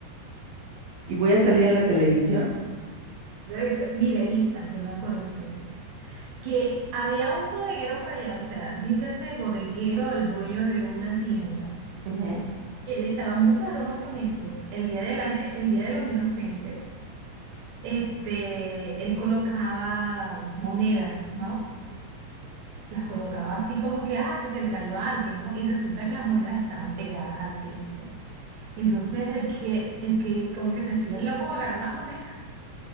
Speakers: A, on the right; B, on the right.
A: y voy a salir en la televisión.
B: Exa- Mira, Elisa, yo me acuerdo, pobrecito, que había un bodeguero por allá, o sea, dice ese bodeguero, el dueño de una tienda.
A: Ujú.
B: y Él echaba mucha broma con esos. El día de la, el día de los inocentes. este, él colocaba monedas, ¿no? Las colocaba así como que, ah, que se le cayó a alguien, ¿no? Y resulta que las monedas estaban pegadas al piso. Y entonces el que, el que como que se hacía el loco para agarrar las monedas,